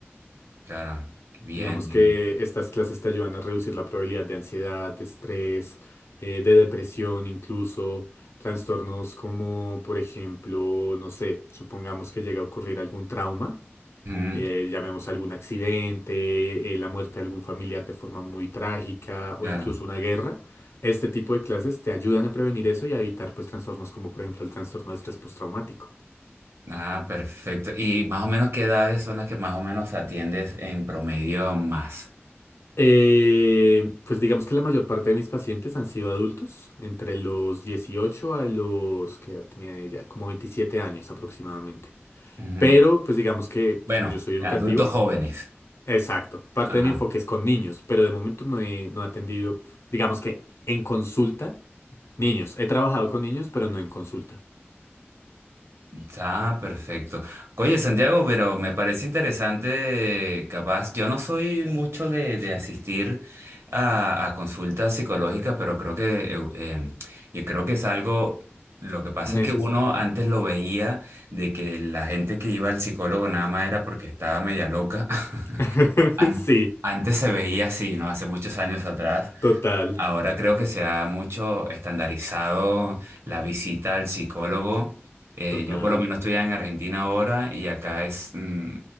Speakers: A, on the right; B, on the left.
A: claro, bien.
B: Digamos que estas clases te ayudan a reducir la probabilidad de ansiedad, de estrés, eh, de depresión incluso, trastornos como, por ejemplo, no sé, supongamos que llega a ocurrir algún trauma,
A: Ujú,
B: eh, llamemos algún accidente, eh, la muerte de algún familiar de forma muy trágica
A: claro.
B: o incluso una guerra. Este tipo de clases te ayudan a prevenir eso y a evitar pues trastornos como por ejemplo el trastorno de estrés postraumático.
A: Ah, perfecto. ¿Y más o menos qué edades son las que más o menos atiendes en promedio más?
B: Eh, pues digamos que la mayor parte de mis pacientes han sido adultos, entre los 18 a los que tenía ella, como 27 años aproximadamente.
A: Ujú.
B: Pero pues digamos que
A: Bueno,
B: como yo soy educativo,
A: adultos jóvenes.
B: exacto, parte
A: Ajá.
B: de mi enfoque es con niños, pero de momento no he, no he atendido, digamos que en consulta, niños. He trabajado con niños, pero no en consulta.
A: Está perfecto. Oye, Santiago, pero me parece interesante, eh, capaz, yo no soy mucho de, de asistir a, a consultas psicológicas, pero creo que, eh, em, yo creo que es algo, lo que pasa es
B: Necesario.
A: que uno antes lo veía de que la gente que iba al psicólogo nada más era porque estaba media loca.
B: <laughs>
A: An-
B: Sí,
A: Antes se veía así, ¿no? Hace muchos años atrás.
B: total,
A: Ahora creo que se ha mucho estandarizado la visita al psicólogo. Eh,
B: total.
A: yo por lo menos estoy en Argentina ahora y acá es, mm,